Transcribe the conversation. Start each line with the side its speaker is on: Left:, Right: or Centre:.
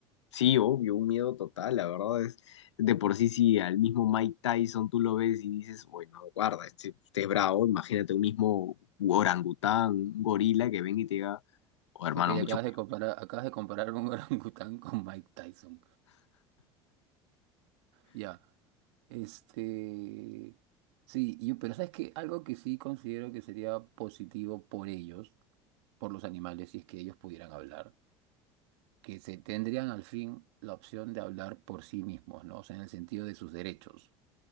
Left: sí, obvio, un miedo total, la verdad es, de por sí, sí, al mismo Mike Tyson tú lo ves y dices, bueno, guarda, este, este es bravo, imagínate un mismo orangután, un gorila que venga y te diga, oh hermano,
Right: Ok,
Left: mucho
Right: acabas de comparar, acabas de comparar un <laughs> orangután con Mike Tyson. Ya. Este. Sí, yo, pero ¿sabes qué? Algo que sí considero que sería positivo por ellos, por los animales, si es que ellos pudieran hablar, que se tendrían al fin la opción de hablar por sí mismos, ¿no? O sea, en el sentido de sus derechos.